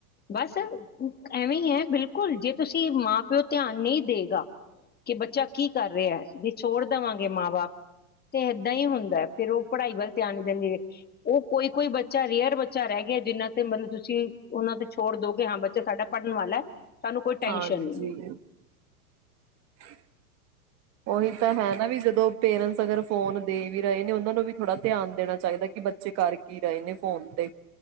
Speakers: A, on the left; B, on the right.
A: ਬਸ ਐਵੇਂ ਈ ਐ। ਬਿਲਕੁਲ ਜੇ ਤੁਸੀਂ ਮਾਂ ਪਿਓ ਧਿਆਨ ਨਈ ਦੇਗਾ ਕਿ ਬੱਚਾ ਕੀ ਕਰ ਰਿਆ ਐ। ਛੋੜ ਦਵਾਂਗੇ ਮਾਂ ਬਾਪ ਤੇ ਇੱਧਾਂ ਈ ਹੁੰਦੈ। ਫੇਰ ਉਹ ਪੜ੍ਹਾਈ ਵੱਲ ਧਿਆਨ ਦੇਣਗੇ, ਉਹ ਕੋਈ-ਕੋਈ ਬੱਚਾ ਰੇਅਰ ਬੱਚਾ ਰਹਿ ਗਿਆ ਜਿਹਨਾਂ ਤੇ ਮਤਲਬ ਤੁਸੀ ਉਹਨਾਂ ਤੇ ਛੋੜ ਦੋਗੇ ਹਾਂ ਬੱਚ ਬੱਚਾ ਸਾਡਾ ਪੜ੍ਹਨ ਵਾਲੈ। ਸਾਨੂੰ ਕੋਈ ਟੈਸ਼ਨ
B: ਹਾਂਜੀ
A: ਨਹੀਂ ਹੈ।
B: <unintelligible> ਉਹੀ ਤਾਂ ਹੈ ਨਾ ਵੀ ਜਦੋਂ ਪੇਰੈਂਟਸ ਅਗਰ ਫੋਨ ਦੇ ਵੀ ਰਹੇ ਨੇ ਉਹਨਾਂ ਨੂੰ ਵੀ ਥੋੜ੍ਹਾ ਧਿਆਨ ਦੇਣਾ ਚਾਹੀਦੈ ਕਿ ਬੱਚੇ ਕਰ ਕੀ ਰਹੇ ਨੇ ਫੋਨ ਤੇ।